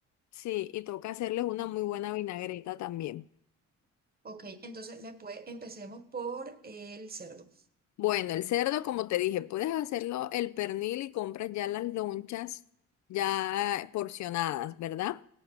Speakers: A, on the left; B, on the right.
A: sí, y toca hacerles una muy buena vinagreta también.
B: Ok, entonces me puede... empecemos por el cerdo.
A: Bueno, el cerdo, como te dije, puedes hacerlo el pernil y compras ya las lonchas ya porcionadas, ¿verdad?